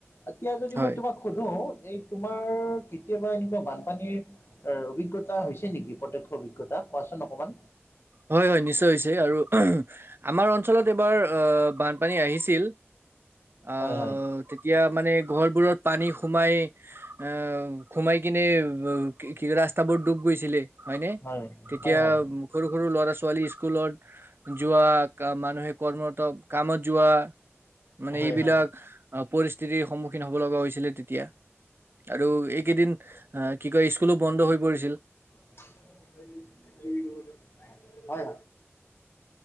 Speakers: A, on the left; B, on the right.
A: এতিয়া যদি
B: হয়
A: মই তোমাক সুধো, এই তোমাৰ কেতিয়াবা এনেকুৱা বানপানীৰ অ অভিজ্ঞতা নেকি প্ৰত্যক্ষ অভিজ্ঞতা? কোৱাচোন অকণমান।
B: হয়, হয় নিশ্চয় হৈছে আৰু আমাৰ অঞ্চলত এইবাৰ আ, বানপানী আহিছিল আ
A: হয় হয়
B: তেতিয়া মানে ঘৰবোৰত পানী সোমাই আ, সোমাই কিনে কি ৰাস্তাবোৰ ডুব গৈছিলে। হয়নে?
A: হয়
B: তেতিয়া
A: হয় হয়
B: সৰু সৰু ল'ৰা ছোৱালী ইস্কুলত যোৱা মানুহে কৰ্মৰত কামত যোৱা মানে
A: হয়
B: এইবিলাক
A: হয়
B: অ', পৰিস্থিতিৰ সন্মুখীন হ'ব লগা হৈছিলে তে তিয়া আৰু এইকেইদিন আ, কি কয় ইস্কুলো বন্ধ হৈ পৰিছিল।
A: <unintelligible> হয়,